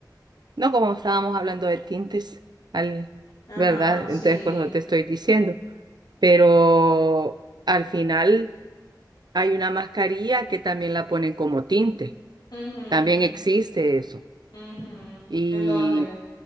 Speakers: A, on the right; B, on the left.
A: No como estábamos hablando de tintes, al,
B: Ajá,
A: ¿verdad?
B: sí.
A: Entonces, por eso te estoy diciendo. Pero al final. Hay una mascarilla que también la ponen como tinte.
B: Ujú,
A: También existe eso.
B: ujú.
A: Y
B: ¿En dónde?